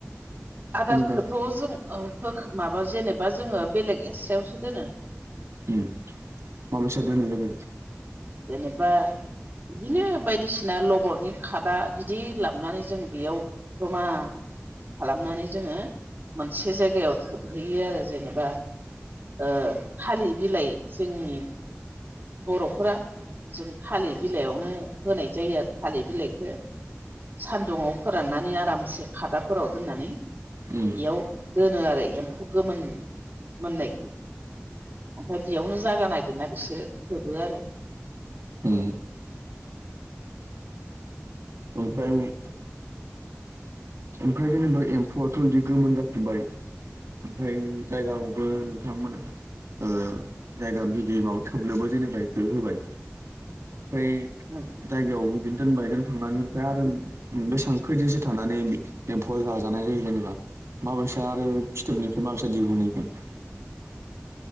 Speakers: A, on the right; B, on the right.
A: आदारखोथ'
B: जेनेबा
A: जों ओ होख माबा जेनेबा जोङो बेलेग एस्रायावसो दोनो
B: ओम माबायसा दोनो जेनेबा
A: जेनेबा इदिनो बायदिसि ना लबरनि खादा गिदिर लाबोनानै जों बेयाव जमा खालामनानै जोङो मोनसे जायगायाव थोबहैयो आरो जेनेबा ओ थालि बिलाइ जोंनि बर'फोरा जों थालिर बिलाइयावनो होनाय जायो आरो थालिर बिलाइखो सान्दुङाव फोराननानै आरामसे खादाफोराव दोननानै एयाव
B: उम
A: दोनो आरो एम्फौ गोमोन मोननायखौ ओमफ्राय बेयावनो जागा नागिरना बिसोरो थोबो आरो
B: उम ओमफ्राय ओमफ्राय जेनेबा एम्फौआथ इदि गोमोन जाखाबाय ओमफ्राय जायगाखौबो नोंथांमोना ओ जायगा बिदै माबा थोबनोबो जेनेबा इखौ होबाय ओमफ्राय
A: <unintelligible>
B: जायगायाव इदि दोनबाय दोनखानानै ओमफ्राय आरो बेसां खैदिनसो थानानै एम्फौआ जाजानाय जायो जेनेबा माबायसा आरो फिथोबनिफ्राय माबायसा दिहुनो इखो? <inaudible>